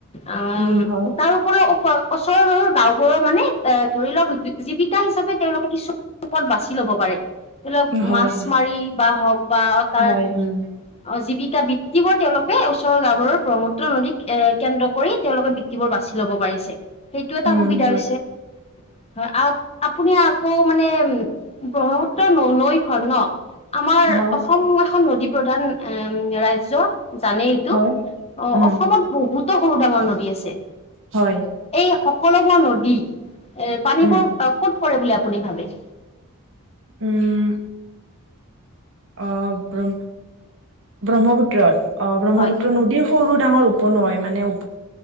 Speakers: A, on the left; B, on the right.
A: আম
B: উম হয়
A: তাৰ ওপৰিও <unintelligible> ওচৰৰ গাওবোৰৰ মানে এ ধৰি লওক জীৱিকা হিচাপে তেওঁলোকে কিছু পথ বাছি ল'ব পাৰে, ধৰি লওক
B: হয়
A: মাছ
B: হয়
A: মাৰি বা হওক বা তাত
B: হয় উম
A: অ জীৱিকা বৃত্তিবোৰ তেওঁলোকে ওচৰৰ গাওবোৰৰ ব্ৰহ্মপুত্ৰ নদীক এ কেন্দ্ৰ কৰি তেওঁলোকে বৃত্তিবোৰ বাচি ল'ব পাৰিছে সেইটো এটা
B: উম
A: সুবিধা
B: হয়
A: হৈছে, হয় আ আপুনি আকৌ মানে উম ব্ৰহ্মপুত্ৰৰ ন নৈখন ন আমাৰ
B: হ
A: অসম এখন নদী প্ৰধান এ ৰাজ্য জানে এইটো,
B: হয়
A: অঁ
B: উম
A: অসমত বহুতো সৰু ডাঙৰ নদী আছে।
B: হয়
A: এই সকলোবোৰ নদী এৰ পানীবোৰ
B: উম
A: ক'ত পৰে বুলি আপুনি ভাবে?
B: উম অঁহ ব্ৰ ব্ৰহ্মপুত্ৰত অহ ব্ৰহ্মপুত্ৰ
A: হয়
B: নদী সৰু ডাঙৰ উপনৈ মানে উ